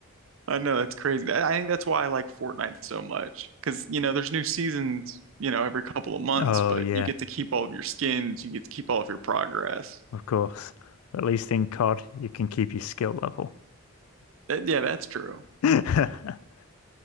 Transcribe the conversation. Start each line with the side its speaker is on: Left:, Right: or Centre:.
Right: I know that's crazy. That- I think that's why I like Fortnite so much because you know there's new seasons, you know, every couple of months,
Left: Oh,
Right: but
Left: yeah,
Right: you get to keep all of your skins, you get to keep all of your progress.
Left: of course. At least in COD, you can keep your skill level.
Right: That, yeah, that's true.
Left: <laughs>